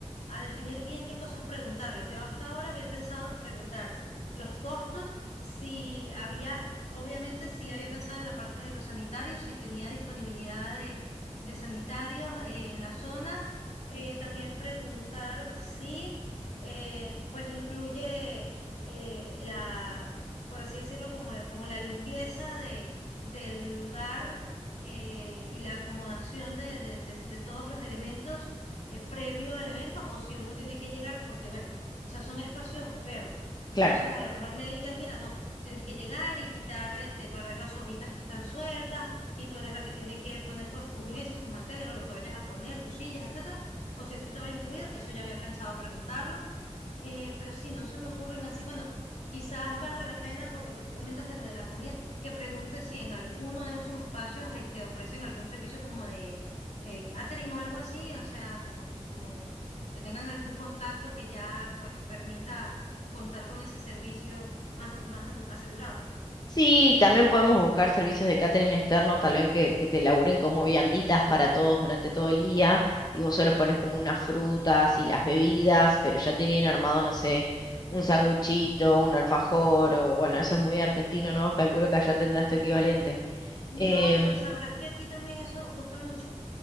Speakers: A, on the left (about 70°); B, on the left (about 35°).
A: a definir bien qué cosas preguntarles. Yo hasta ahora había pensado preguntar los costos, si había, obviamente sí había pensado en la parte de los sanitarios, si tenía disponibilidad de, de sanitarios, eh, en la zona, Eh, también preguntar si, eh, pues incluye eh, la, por así decirlo, como, el- como la limpieza de, del lugar eh, y la acomodación de, de- de- de todos los elementos eh, previo al evento, o si uno tiene que llegar, porque bueno, o sea, son espacios verdes.
B: Claro.
A: Entonces, a lo mejor me digan, mira, no, tú tienes que llegar y quitar, este, barrer las hojitas que están sueltas, y tú eres la que tiene que poner todas tus mesas, tus manteles, o lo que vayas a poner, tus sillas, etcétera. O si eso estaba incluido, eso ya había pensado preguntarlo. Eh, pero sí, no se me ocurren así. Bueno, quizás valga la pena, por lo que tú comentas de lo de la comida, que pregunte si en alguno de esos espacios este, ofrecen algún servicio como de eh, catering o algo así, o sea, como, como que tengan algún contacto que ya pues permita contar con ese servicio más, más asegurado.
B: Sí, también podemos buscar servicios de catering externo, tal vez que, que te laburen como vianditas para todos durante todo el día y vos se los pones como unas frutas y las bebidas, pero ya te viene armado, no sé, un sanguchito, un alfajor o bueno, eso es muy argentino, ¿no? Calculo que allá tendrás tu equivalente. Em,
A: No, pero sabrás que aquí también eso gusta mucho.